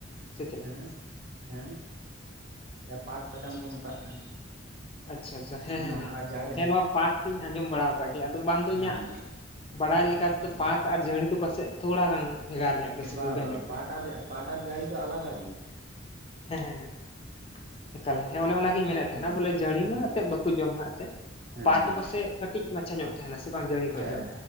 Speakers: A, on the left; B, on the right.
A: ᱥᱮ ᱪᱮᱫ
B: ᱦᱮᱸ?
A: ᱞᱮᱠᱟ
B: ᱦᱮᱸ? ᱮ ᱯᱟᱴ ᱥᱟᱠᱟᱢ
A: ᱟᱪᱪᱷᱟ
B: ᱠᱚ ᱢᱮᱛᱟᱜ ᱠᱟᱱ᱾
A: ᱟᱪᱪᱷᱟ ᱟᱪᱪᱷᱟ ᱦᱮᱸ
B: ᱚᱱᱟ
A: ᱦᱮᱸ ᱦᱮᱸ,
B: ᱟᱨ ᱡᱟᱲᱮ
A: ᱦᱮᱸ ᱱᱚᱣᱟ ᱯᱟᱴ ᱤᱧ ᱟᱸᱧᱡᱚᱢ ᱵᱟᱲᱣ ᱟᱠᱟᱫ ᱜᱮᱭᱟ ᱟᱫᱚ ᱵᱟᱝ ᱫᱚ ᱤᱧᱟᱹᱜ
B: ᱦᱮᱸ
A: ᱵᱟᱰᱟᱭ ᱞᱮᱠᱟ ᱛᱮᱫᱚ ᱯᱟᱴ ᱟᱨ ᱡᱟᱺᱲᱤ ᱫᱚ ᱯᱟᱥᱮᱡ ᱛᱷᱚᱲᱟ ᱜᱟᱱ ᱵᱷᱮᱜᱟᱨ ᱧᱚᱜ ᱜᱮᱭᱟ ᱥᱮ
B: ᱵᱟ
A: ᱡᱩᱫᱟᱹ
B: ᱵᱟ
A: ᱧᱚᱜ ᱜᱮᱭᱟ᱾
B: ᱯᱟᱴ ᱟᱨ ᱯᱟᱴ ᱟᱨ ᱡᱟᱹᱲᱤ ᱫᱚ ᱟᱞᱟᱫᱟ ᱜᱮᱭᱟ᱾
A: ᱦᱮᱸ ᱦᱮᱸ ᱦᱮᱸ᱾ ᱮᱠᱟᱞ ᱦᱮᱸ ᱚᱱᱮ ᱚᱱᱟᱜᱤᱧ ᱢᱮᱱᱮᱫ
B: ᱦᱩᱸ
A: ᱛᱟᱦᱮᱱᱟ ᱵᱚᱞᱮ ᱡᱟᱺᱲᱤ
B: ᱦᱩᱸ
A: ᱢᱟ ᱮᱱᱛᱮᱫ ᱵᱟᱠᱚ ᱡᱚᱢᱟ ᱦᱟᱸᱜ ᱮᱱᱛᱮᱜ
B: ᱦᱮᱸ
A: ᱯᱟᱴ ᱫᱚ
B: ᱦᱮᱸ
A: ᱯᱟᱥᱮᱡ ᱠᱟᱹᱴᱤᱡ ᱢᱟᱪᱷᱟ ᱧᱚᱜ ᱛᱟᱦᱮᱱᱟ ᱥᱮ ᱵᱟᱝ ᱡᱟᱹᱲᱤ ᱠᱷᱚᱡ
B: ᱦᱮᱸ
A: ᱫᱚ᱾